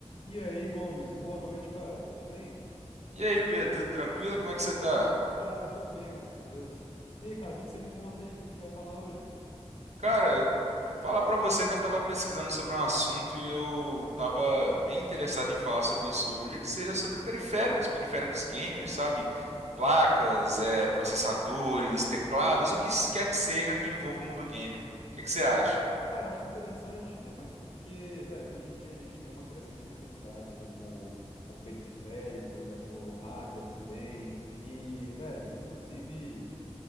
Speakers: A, on the left; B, on the right.
A: E aí, Gomes, boa noite, cara. Tudo bem?
B: E aí, Pedro, tudo tranquilo? Como é que você tá?
A: Cara, eu tô bem, graças a Deus. E aí, cara, o que que você me conta aí? O que que a gente vai falar hoje?
B: Cara, falar pra você que eu tava pesquisando sobre um assunto e eu tava bem interessado em falar sobre isso hoje, que seria sobre periféricos, periféricos gamers, sabe? Placas, eh, processadores, teclados, o que quer que seja que envolva o mundo gamer. O que que você acha?
A: Cara, acho interessante, ainda mais porque, velho, hoje em dia a gente tem uma crescente necessidade aí por, por periféricos, né, por hardware também. E, velho, inclusive.